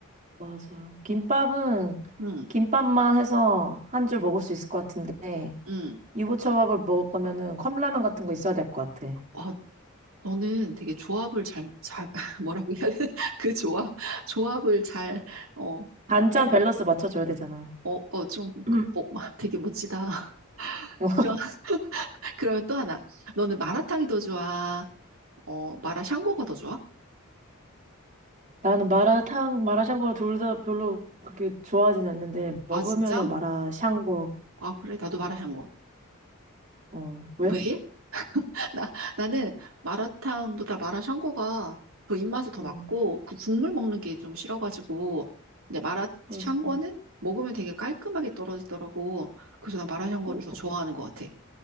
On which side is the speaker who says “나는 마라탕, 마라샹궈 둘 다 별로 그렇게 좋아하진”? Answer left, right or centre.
Right